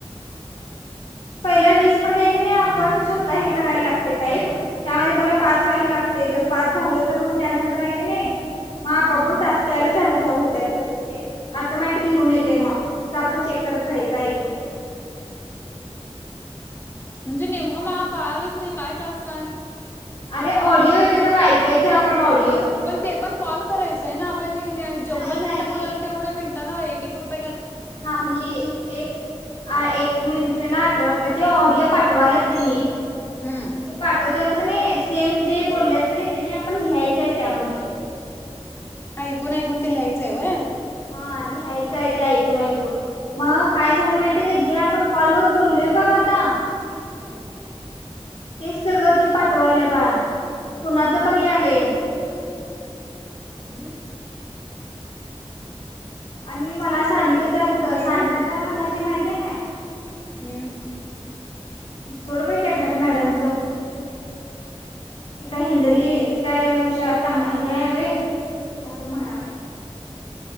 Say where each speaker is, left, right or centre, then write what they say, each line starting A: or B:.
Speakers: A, on the left; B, on the left.
A: पहिला वीस मध्ये की नाही आपण स्वतः हे करायला लागते टाईप त्यामध्ये प पाच वयला लाग ते जर पाच झाल तर मग त्यानंतर आहे का नाही मग आपपण
B: हम्म
A: टक घ्यायला चालूत तस सेम ऑटोमॅटिक लिहून येते मग तु आपण चेक करत राहायचं ऐकून
B: म्हणजे नेमक मग कळालंच नाही पाय टस काय
A: अरे ऑडिओ येते बघ ऐकायचं आपण ऑडिओ
B: पण ते पण कॉल करायचंय ना आपण जेवढं
A: नाही नाही
B: मिनट बोलाल तेवढ्या मिनटाला एक रुपय
A: नाही एक एक मिनिटेला अठरा रुपये ते ऑडिओ पाठवाला तेनी ते
B: हम्म
A: पाठवतात क नाही सेम जे बोलल्यात क नाही तेने आपण लिहायचंय त्यामध्ये
B: ऐकून ऐकून ते लियचं आहेव
A: हा लिहायचं आहे ते ऐकून ऐकून मग काय झाले माहिितय का जे आपण कॉलवरर बोललो तेप कता
B: हम्म
A: तेच सगळं त पाठवाल्या बाळ कुणाचं पण आले <unintelligible>
B: ह
A: आणि मला
B: मग आता
A: सानिका
B: काय करायचं
A: चालतं
B: तू केलीस
A: सानिका काय म्हणाल ते माहितय काय
B: हम्म
A: सोड पाय त्या घाट मॅडमच त का हंदरी ति काय हुशार चांग हे आहे व असं म्हणालेय